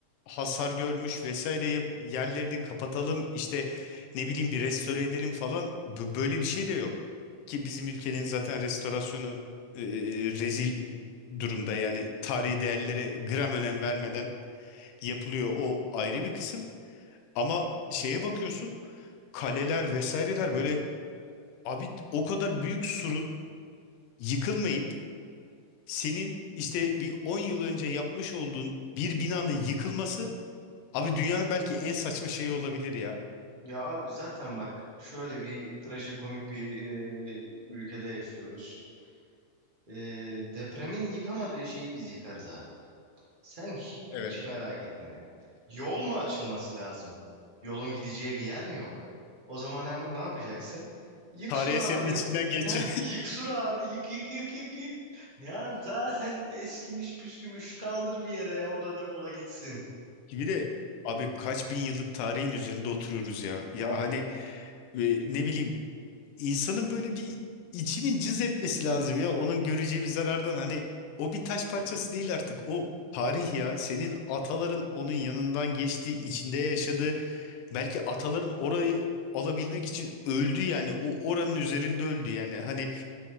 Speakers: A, on the left; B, on the right.
A: hasar görmüş vesaire yap- yerlerini kapatalım işte ne bileyim bir restore edelim falan B- böyle bir şey de yok. Ki bizim ülkenin zaten restorasyonu e, rezil durumda yani tarihi değerlere gram önem vermeden yapılıyor o ayrı bir kısım ama şeye bakıyorsun kaleler vesaireler böyle abi o kadar büyük surun yıkılmayıp senin işte bir 10 yıl önce yapmış olduğun bir binanın yıkılması abi dünyanın belki en saçma şeyi olabilir ya.
B: Ya abi zaten bak şöyle bir trajikomik bir e, ülkede yaşıyoruz. E, depremin yıkamadığı şeyi biz yıkarız abi. Sen hiç
A: Evet.
B: merak etme. Yol mu açılması lazım? Yolun gideceği bir yer mi yok? O zaman hem ne yapacaksın? Yık
A: Tarih
B: suru
A: eserinin
B: abi.
A: içinden geçen.
B: Heh, yık suru abi. Yık yık yık yık yık. Ya zaten eskimiş püskümüş kaldır bir yere orada depola gitsin.
A: <laughs> Bir de abi kaç bin yıllık tarihin üzerinde oturuyoruz ya. Ya hani e, ne bileyim İnsanın böyle bir içinin cız etmesi lazım ya. Onun göreceği bir zarardan hani o bir taş parçası değil artık. O tarih ya. Senin ataların onun yanından geçti, içinde yaşadı. Belki ataların orayı alabilmek için öldü yani. O oranın üzerinde öldü yani. Hani